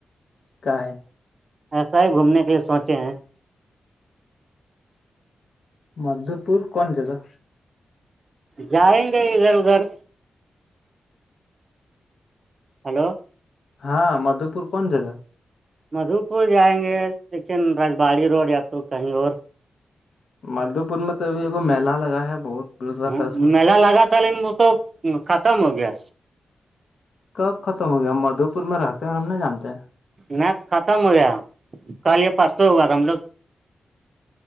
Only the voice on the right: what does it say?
ایسا ہی گھومنے کے لیے سوچے ہیں
جائیں گے ادھر ادھر ہلو
مدھو پور جائیں گے دیکھیے رجباڑی روڈ یا تو کہیں اور
ہ
میلا لگا تھا لن وہ تو ختم ہو گیا
میں ختم ہویا کل یہ پانچ سو ہو گا تھا ہم لوگ